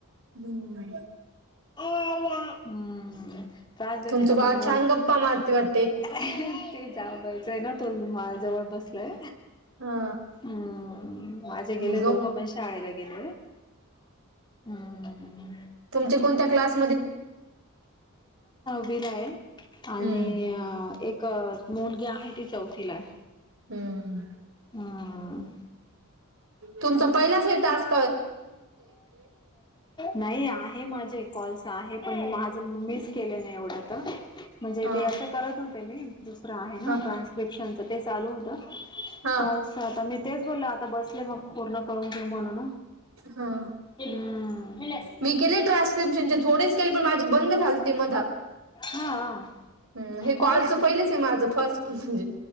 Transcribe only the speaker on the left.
हम्म त्रास देते
का
मग मुई?
ते जायचंय ना तो मा जवळ बसलाय.
हम्म माझे गेले
दोघं पण शाळेला गेले हम्म.
विला आहे आणि
एक मुलगी आहे ती चौथीला आहे.
हम्म
नाही आहे माझ. ते कॉलस आहे पण माझ मिस केले नाही एवढं तर म्हणजे
ते अस करत होते मी दुसरं आहे ना
ट्रान्स्क्रिप्शनच ते चालू होत.
कॉल्स आता मी तेच बोलल आता बसले मग पूर्ण करून घेऊ म्हणून.
हम्म
हा
कॉल्स